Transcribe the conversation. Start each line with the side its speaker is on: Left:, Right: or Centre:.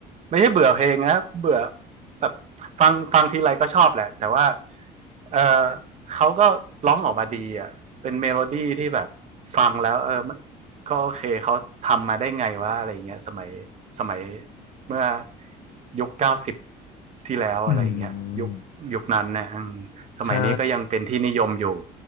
Right: ไม่ใช่เบื่อเพลงนะเบื่อแบบฟังฟังทีไรก็ชอบแหละแต่ว่าเออเขาก็ร้องออกมาดีอ่ะเป็นเมโลดี้ที่แบบฟังแล้วเออก็โอเคเขาทำมาได้ไงวะอะไรเงี้ยสมัยสมัย เมื่อยุคเก้าสิบที่แล้วอะไรอย่างเงี้ยยุคยุคนั้นเนี่ย
Left: อืม
Right: สมัยนี้ก็ยังเป็นที่นิยมอยู่
Left: ใช่